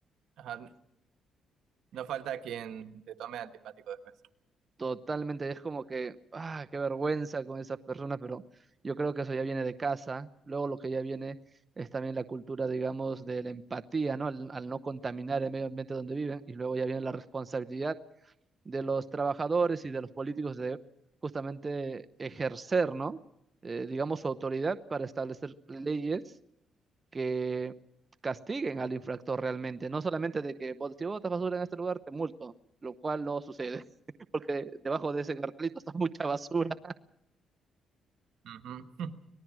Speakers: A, on the right; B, on the right.
A: ajá, no falta quien te tome antipático después.
B: Totalmente, es como que, ah, qué vergüenza con esas personas, pero yo creo que eso ya viene de casa. Luego lo que ya viene es también la cultura, digamos, de la empatía, ¿no? Al, al no contaminar el medio ambiente donde viven. Y luego ya viene la responsabilidad de los trabajadores y de los políticos de justamente ejercer, ¿no? Eh, digamos, su autoridad para establecer leyes que castiguen al infractor realmente, no solamente de que "Bot- si botas basura en este lugar te multo, lo cual no sucede, <laughs> porque debajo de ese cartelito está <laughs> mucha basura.
A: Ujú.